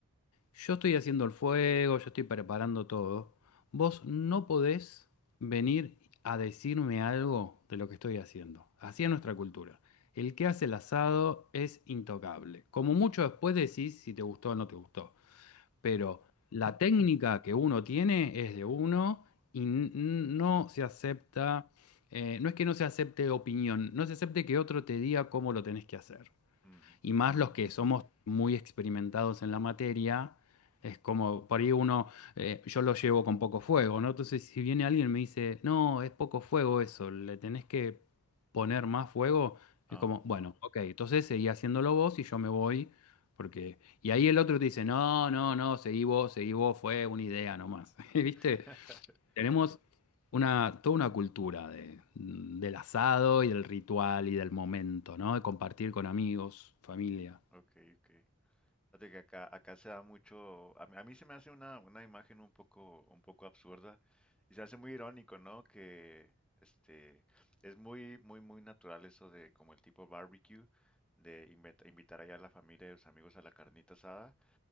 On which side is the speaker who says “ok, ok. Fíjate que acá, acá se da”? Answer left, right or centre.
Centre